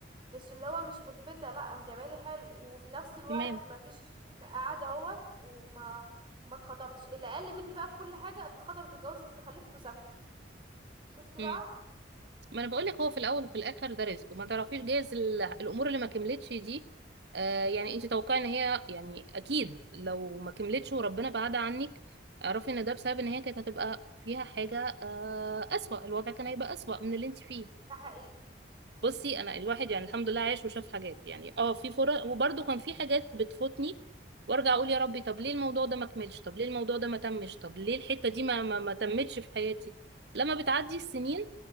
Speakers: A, on the right (about 25°); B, on the right (about 65°).
A: مش اللي هو مش ملفتة لا قام جمالي حلو وفي نفس الوقت
B: تمام
A: ما فيش قاعدة اهوت وما ما اتخطبتش اللي اقل مني بقى في كل حاجة اتخطبت واتجوزت وخلفت وسافرت شفت بقى
B: مم. ما انا بقول لك هو في الاول وفي الاخر ده رزق وما تعرفيش جايز ال- الامور اللي ما كملتش دي آه يعني انت توقعي ان هي يعني اكيد لو ما كملتش وربنا بعدها عنك اعرفي ان ده بسبب ان هي كانت هتبقى فيها حاجة آه اسوأ الوضع كان هيبقى اسوأ من اللي انت فيه
A: ده حقيقي
B: بصي انا الواحد يعني الحمد لله عايش وشاف حاجات يعني اه في فرص وبرده كان في حاجات بتفوتني وارجع اقول يا ربي طب ليه الموضوع ده ما كملش طب ليه الموضوع ده ما تمش طب ليه الحتة دي ما ما, ما تمتش في حياتي لما بتعدي السنين